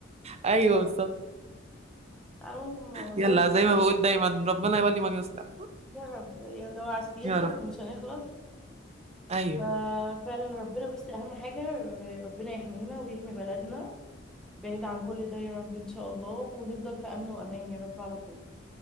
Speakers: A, on the right (about 35°); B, in the centre.
A: ايوه بالظبط
B: عنهم والله
A: يلا زي ما بقول دايما ربنا يولي من يصلح
B: يا رب يا لو على السياسه
A: يا رب
B: احنا مش هنخلص
A: ايوه
B: ففعلا ربنا بس اهم حاجه ربنا يحمينا ويحمي بلدنا بعيد عن كل ده يا رب ان شاء الله ونفضل في امن وامان يا رب على طول